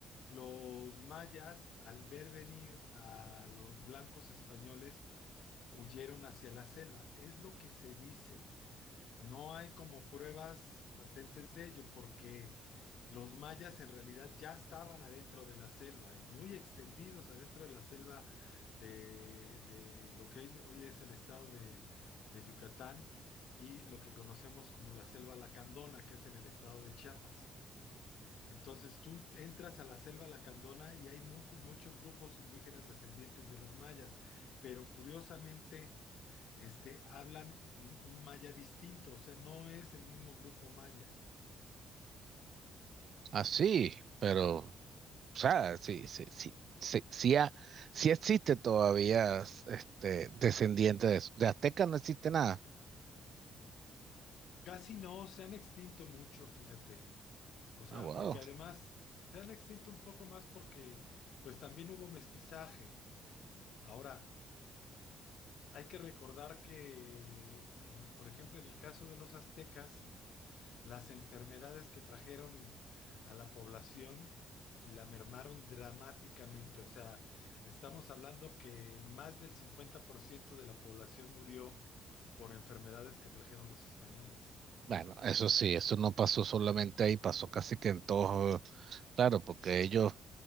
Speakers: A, on the left; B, on the right.
A: los mayas, al ver venir a los blancos españoles, huyeron hacia la selva. Es lo que se dice. No hay como pruebas patentes de ello, porque los mayas en realidad ya estaban adentro de la selva y muy extendidos adentro de la selva de, de lo que hoy es el estado de, de Yucatán y lo que conocemos como la selva lacandona, que es en el estado de Chiapas. Entonces tú entras a la selva lacandona y hay mu- muchos grupos indígenas descendientes de los mayas, pero curiosamente este, hablan un maya distinto, o sea, no es el mismo grupo maya.
B: así, pero, o sea, sí, sí, sí, sí, sí, ha- sí existe todavía este, descendiente de eso. De Azteca no existe nada.
A: Casi no, se han extinto mucho, fíjate. O sea,
B: Ah, wow.
A: porque además se han extinto un poco más porque pues también hubo mestizaje. Ahora, hay que recordar que, eh, por ejemplo, en el caso de los aztecas, Las enfermedades que trajeron a la población la mermaron dramáticamente. O sea, estamos hablando que más del 50% de la población murió por enfermedades que trajeron los españoles.
B: Bueno, eso sí, eso no pasó solamente ahí, pasó casi que en todos, claro, porque ellos